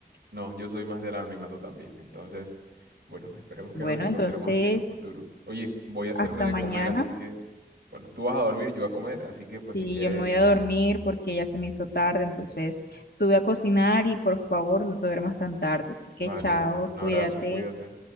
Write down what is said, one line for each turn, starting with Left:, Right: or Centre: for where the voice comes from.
Right: No, yo soy más del anonimato también. Entonces, bueno, esperemos que
Left: Bueno,
Right: nos encontremos
Left: entonces,
Right: así en un futuro. Oye, voy a hacerme
Left: hasta
Right: de
Left: mañana.
Right: comer, así que, bueno, tú vas a dormir, yo voy a comer, así que pues
Left: Sí,
Right: si quieres,
Left: yo me voy a dormir porque ya se me hizo tarde, entonces tuve a cocinar y por favor no te duermas tan tarde. Así que
Right: vale,
Left: chao,
Right: un abrazo,
Left: cuídate.
Right: cuídate.